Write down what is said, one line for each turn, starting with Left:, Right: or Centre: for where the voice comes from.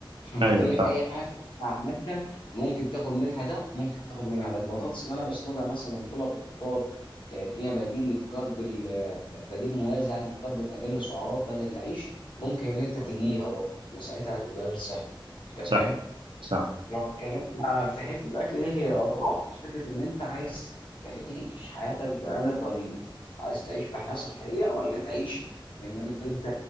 Left: انا
Right: ايوه
Left: قلت لك
Right: صح
Left: اي حاجه في الأكل عامه ممكن تاخد منها ده ممكن تاخد منها ده البطاطس اللي انا بسلقها مثلا وباكلها في الفطار كانت هي بديل للكرب ال- بديل موازي عن الكرب باقل سعرات بدل العيش ممكن ان انت تجليها برضه وساعتها هتبقى غير صحي انت
Right: صح
Left: فاهم
Right: صح
Left: لو اتكلمنا في حتة الأكل دي هي آراء فكرة إن أنت عايز تعيش حياتك بأنهي طريقة؟ عايز تعيش بحياة صحية ولا تعيش إن أنت